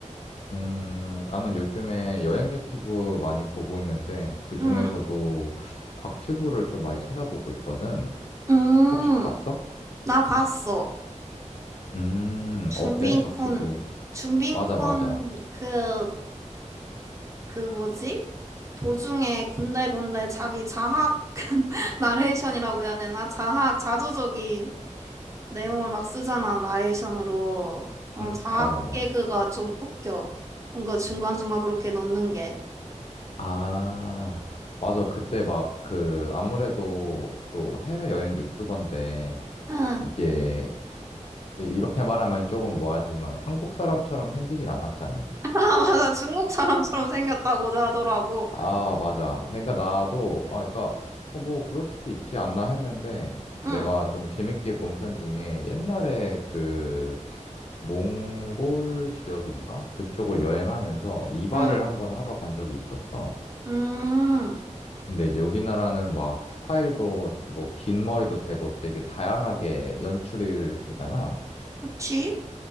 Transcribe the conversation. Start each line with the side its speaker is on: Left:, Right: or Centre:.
Left: 음, 나는 요즘에 여행 유튜브 많이 보고 있는데 그중에서도
Right: 응.
Left: 곽튜브를 좀 많이 찾아보고 있거든.
Right: 음,
Left: 혹시 봤어?
Right: 나 봤어.
Left: 음,
Right: 준빈콘,
Left: 어때? 곽튜브.
Right: 준빈콘
Left: 맞아, 맞아.
Right: 그, 그 뭐지? 도중에 군데군데 자기 자학 <laughs> 나레이션이라고 해야 되나? 자학, 자조적인 내용을 막 쓰잖아, 나레이션으로. 그런
Left: 음,
Right: 자학
Left: 맞아, 맞아.
Right: 개그가 좀 웃겨. 뭔가 중간중간 그렇게 넣는 게.
Left: 아, 맞아. 그때 막 그, 아무래도 또 해외여행 유튜버인데,
Right: 응.
Left: 이게, 이- 이렇게 말하면 조금 뭐하지만, 한국 사람처럼 생기진 않았잖아.
Right: <laughs> 아, 맞아. 중국 사람처럼 생겼다고 하더라고.
Left: 아, 맞아. 그러니까 나도, 아, 그러니까, 어, 뭐, 그럴 수도 있지 않나 했는데, 내가
Right: 응.
Left: 좀 재밌게 본 편 중에 옛날에 그, 몽골 지역인가? 그쪽을 여행하면서 이발을
Right: 응.
Left: 한번 하러 간 적이 있었어.
Right: 음,
Left: 근데 이제 우리나라는 막 스타일도 뭐, 긴 머리도 되고 되게 다양하게 연출이 되잖아.
Right: 그치?